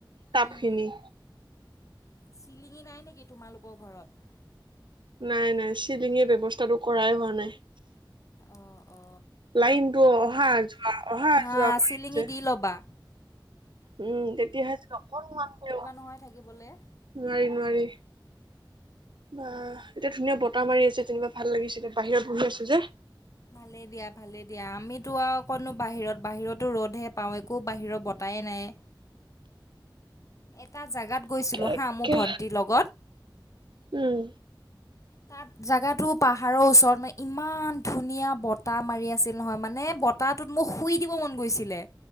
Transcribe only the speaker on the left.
উম,
চিলিঙি নাই নেকি তোমালোকৰ ঘৰত
অ অ
হা
চিলিঙি
দি ল'বা
সোমাই থাকিবলে
ভালেই দিয়া ভালেই দিয়া আমিতো আৰু কতনো বাহিৰত বাহিৰতো ৰ'দহে পাওঁ একো বাহিৰৰ বতাহ নাই। এটা জেগাত গৈছিলোঁ
হা মোৰ ভণ্টিৰ লগত
তাত জেগাটো পাহাৰৰ ওচৰত মানে ইমান ধুনীয়া বতাহ মাৰি আছিল নহয় মানে ব তাৰ তাত মোক শুই দিব মন গৈছিলে